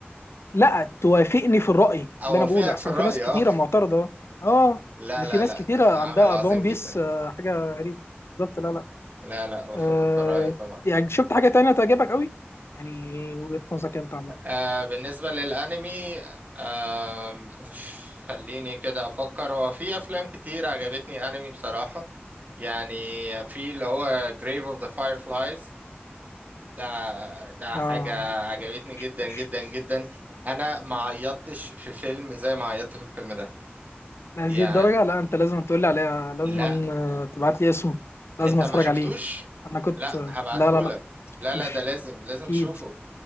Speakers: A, on the left; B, on the right.
A: لا توافقني في الرأي
B: اوافقك
A: اللي انا بقوله احسن
B: في الرأي
A: في ناس كتيرة
B: اه
A: معترضة اه
B: لا
A: اللي
B: لا
A: في ناس
B: لا
A: كتيرة
B: لا عمل
A: عندها
B: عظيم
A: بون
B: جدا
A: بيس آه، حاجة غريبة بالظبط لا لا
B: لا لا اوافقك
A: آه
B: في الرأي طبعا
A: يعني شفت حاجة تانية تعجبك قوي يعني وجهة نظرك انت عامة
B: آه بالنسبة للانمي آه خليني كده افكر هو في افلام كتير عجبتني انمي بصراحة يعني في اللي هو Grave of the Fireflies ده ده
A: اه
B: حاجة عجبتني
A: مش
B: جدا
A: مش
B: جدا جدا انا ما عيطتش في فيلم زي ما عيطت في الفيلم ده
A: لهذه
B: يعني
A: الدرجة لا انت لازم تقول لي عليها لازم
B: لا
A: آه، تبعت لي اسمه لازم
B: انت
A: اتفرج
B: ما شفتوش
A: عليه انا كنت
B: لا
A: آه،
B: هبعتهولك
A: لا لا لا
B: لا لا
A: مش
B: ده لازم لازم
A: اكيد
B: تشوفه